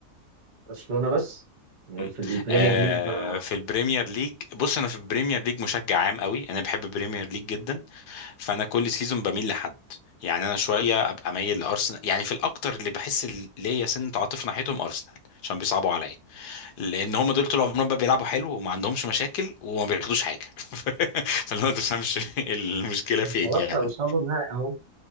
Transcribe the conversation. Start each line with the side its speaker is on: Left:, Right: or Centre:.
Right: برشلونة بس يعني
Left: م.
Right: في البريمير
Left: آه
Right: ليج ما
Left: في البريمير ليج بص انا في البريمير ليج مشجع عام قوي انا بحب البريمير ليج جدا فانا كل سيزون بميل لحد يعني انا شويه ابقى مايل لارسنال يعني في الاكتر اللي بحس ال- ليا سنه عاطفه ناحيتهم ارسنال عشان بيصعبوا عليا لان هم دول طول عمرهم بقى بيلعبوا حلو وما عندهمش مشاكل وما بياخدوش حاجه <laughs> فاللي هو ما تفهمش <laughs> المشكله
Right: <laughs>
Left: فين
Right: خلاص
Left: يعني
Right: هيوصلوا النهائي أهو إن